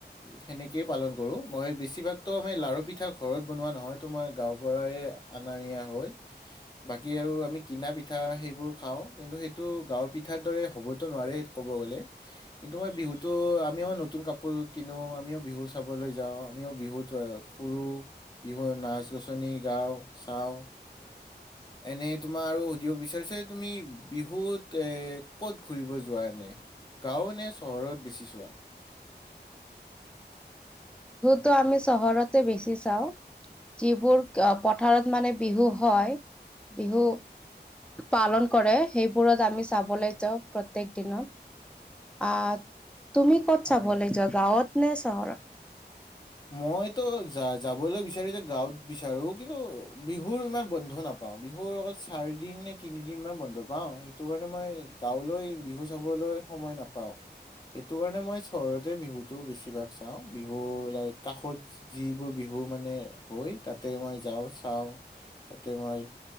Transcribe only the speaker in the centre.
তটো আমি চহৰতে বেছি চাওঁ যিবোৰ পথাৰত মানে বিহু হয় বিহু পালন কৰে সেইবোৰত আমি চাবলৈ যাওঁ প্ৰত্যেক দিনত আহ তুমি ক'ত
চাবলে যোৱা গাঁৱত নে চৰ